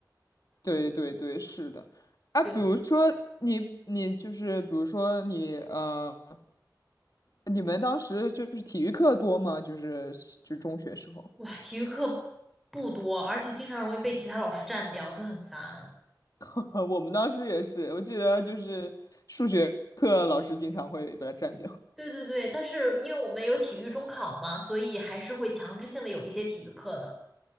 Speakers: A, on the left; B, in the centre.
A: 对对对，是的。啊，
B: <laughs> 对，
A: 比如说你你就是比如说你呃，你们当时就是体育课多吗？就是就中学时候，
B: 哇，体育课不多，而且经常容易被其他老师占掉，就很烦。
A: <laughs> 我们当时也是，我记得就是数学课老师经常会把它占掉。
B: 对对对，但是因为我们有体育中考嘛，所以还是会强制性的有一些体育课的。